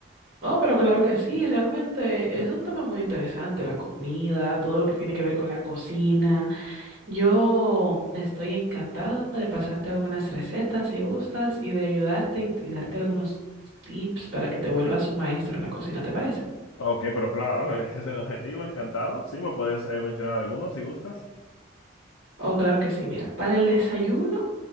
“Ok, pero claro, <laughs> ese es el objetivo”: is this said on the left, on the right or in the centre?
Left